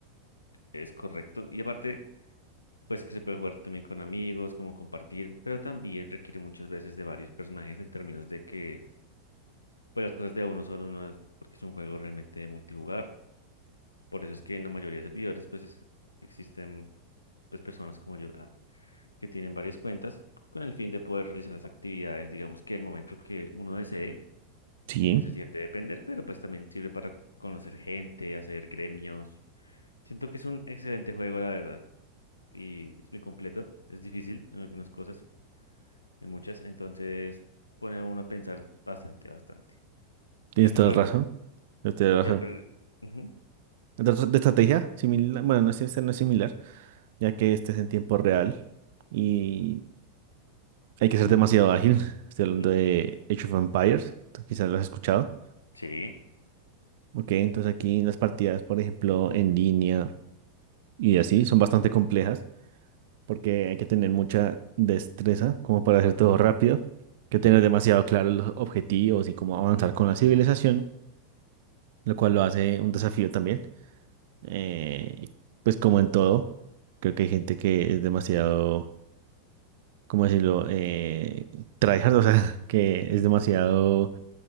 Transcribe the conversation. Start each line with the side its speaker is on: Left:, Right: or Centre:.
Left: es correcto. Y aparte, pues que se puede jugar también con amigos, como compartir, pero también requiere muchas veces de varios personajes en términos de que pues las cosas de a uno solo no es porque es un juego realmente multijugador. Por eso es que en la mayoría de servidores pues es- existen pues personas como yo. Ah, que tienen varias cuentas con el fin de poder realizar las actividades, digamos que el momento que uno desee,
Right: Sí,
Left: sin necesidad de depender, pero pues también sirve para conocer gente, hacer gremios. Siento que es un excelente juego, la verdad, y es muy completo, es difícil en algunas cosas, en muchas, entonces pone a uno a pensar bastante, bastante.
Right: tienes
Left: ¿Qué otro
Right: toda
Left: juego?
Right: la razón. Tienes toda
Left: Si
Right: la
Left: te
Right: razón.
Left: ha per- Ujú,
Right: Entonces, de estrategia, similar, bueno, no es, este no es similar, ya que este es en tiempo real y hay que ser demasiado ágil. <laughs> Estoy hablando
Left: ujú,
Right: de Age of Empires, quizás lo has escuchado.
Left: Sí.
Right: Ok, entonces aquí las partidas, por ejemplo, en línea y así, son bastante complejas porque hay que tener mucha destreza como para hacer todo rápido. Hay que tener demasiado claro los objetivos y cómo avanzar con la civilización, lo cual lo hace un desafío también. Eh, y pues como en todo, creo que hay gente que es demasiado, ¿cómo decirlo? Eh, tryhard, o sea, <laughs> que es demasiado